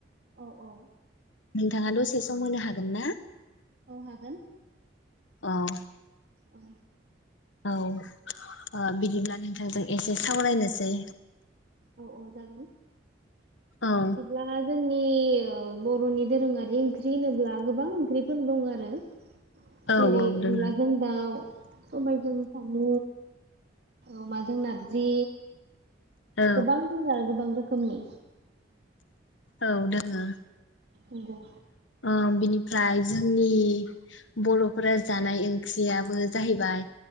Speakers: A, on the right (about 60°); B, on the left (about 80°).
A: औ
B: नोंथाङा द'से सम होनो हागोन ना?
A: औ हागोन।
B: औ।
A: ओ।
B: औ ओ बिदिब्ला नोंथांजों-' एसे सावरायनोसै।
A: औ-औ जागोन।
B: औ
A: बिदिब्ला जो जोंनि ओ बर'नि दोरोङारि ओंख्रि होनोब्ला गोबां ओंख्रिफोर दं आरो।
B: औ
A: जेरै-
B: दोङो
A: अनलाजों दाउ, सबायजों साम' अमाजों नारजि,
B: औ
A: गोबां दंङ आरो गोबां रो खोमनि।
B: औ दोङो।
A: नंगौ
B: ओ बिनि ओमफ्राय जोंनि बर'फोरा जानाय ओंख्रियाबो जाहैबाय